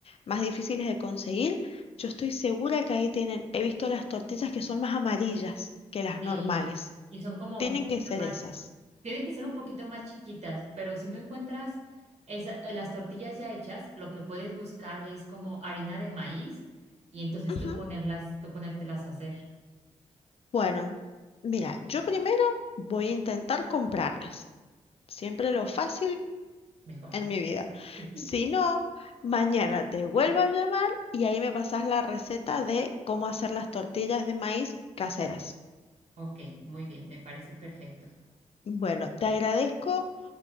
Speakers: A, on the left (about 50°); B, on the right (about 60°).
A: más difíciles de conseguir. Yo estoy segura que ahí tienen, he visto las tortillas que son más amarillas que las
B: eh,
A: normales.
B: y son como
A: Tienen
B: un poquito
A: que ser
B: más,
A: esas.
B: tienen que ser un poquito más chiquitas, pero si no encuentras esa- las tortillas ya hechas, lo que puedes buscar es como harina de maíz y entonces
A: Ujú.
B: tú ponerlas, tú ponértelas a hacer
A: Bueno, mira, yo primero voy a intentar comprarlas. Siempre lo fácil
B: mejor,
A: en
B: ¿no?
A: mi vida.
B: <laughs>
A: Si no, mañana te vuelvo a llamar y ahí me pasas la receta de cómo hacer las tortillas de maíz caseras.
B: Ok, muy bien, me parece perfecto.
A: Bueno, te agradezco